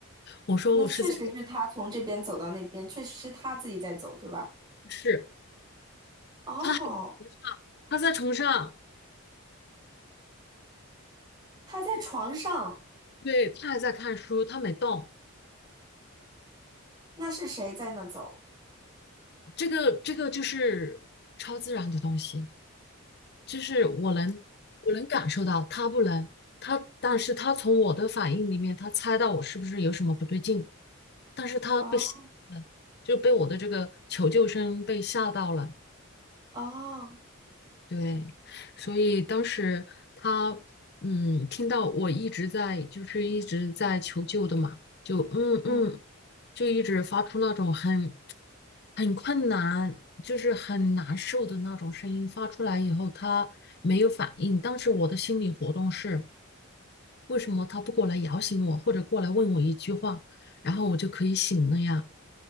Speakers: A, on the left; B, on the right.
A: 我说我是在尝
B: 那确实是他从这边走到那边，确实是他自己在走，对吧？
A: 试。
B: 哦，
A: 他还在崇尚，他在床上，
B: 他在床上，
A: 对，他还在看书，他没动。
B: 那是谁在那走？
A: 这个这个就是超自然的东西，就是我能我能感受到，他不能。他但是他从我的反应里面，他猜到我是不是有什么不对劲，但是他被吓到了，
B: 哦
A: 就被我的这个求救声被吓到了。
B: 哦，
A: 对，所以当时他嗯听到我一直在就是一直在求救的嘛，就嗯嗯，
B: 嗯，
A: 就一直发出那种很很困难，就是很难受的那种声音发出来以后，他没有反应。当时我的心理活动是，为什么他不过来摇醒我，或者过来问我一句话，然后我就可以醒了呀？